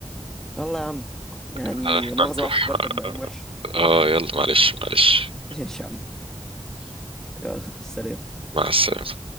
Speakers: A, in the centre; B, on the right.
A: يلا يا عم
B: <laughs>
A: يعني
B: آه، احنا
A: مؤاخذة
B: نروح
A: بقى فكرتك بأيام وحشة
B: اه يلا معلش معلش
A: <laughs> ايش يا عم يلا سلام
B: مع السلامة